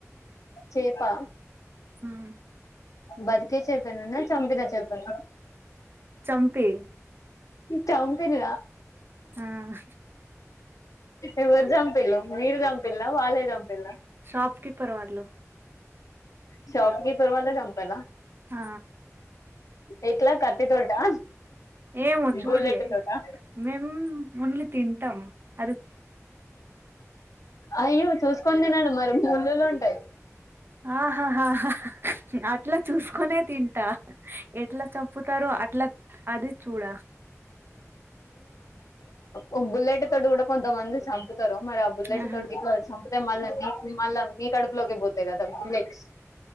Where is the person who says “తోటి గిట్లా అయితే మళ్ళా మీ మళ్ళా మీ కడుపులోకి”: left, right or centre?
Left